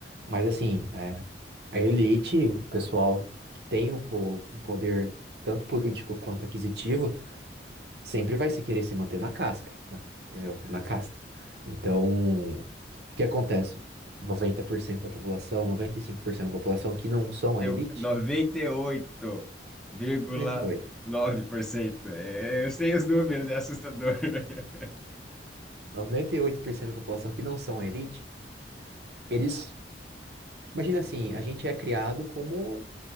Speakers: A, on the right; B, in the centre.
A: Mas assim, é, a elite, o pessoal que tem um, po- um poder tanto político quanto aquisitivo, sempre vai se querer se manter na casca, na- entendeu?
B: Ex-
A: Na casta. Então, o que acontece? noventa por cento da população, 95% da população que não são
B: Eu,
A: a elite,
B: 98,9%.
A: noventa noventa e e oito
B: É, eu sei os números, é assustador. <laughs>
A: noventa e oito por cento da população que não são a elite, eles Imagina assim, a gente é criado como